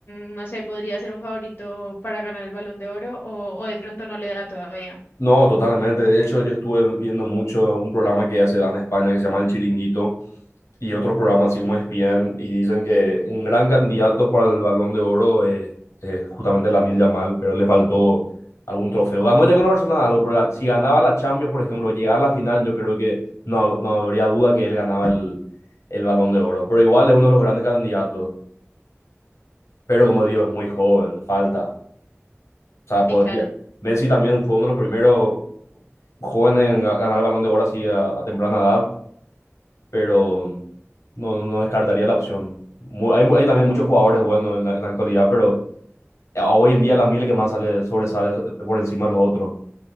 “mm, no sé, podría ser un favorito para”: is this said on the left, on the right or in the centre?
Left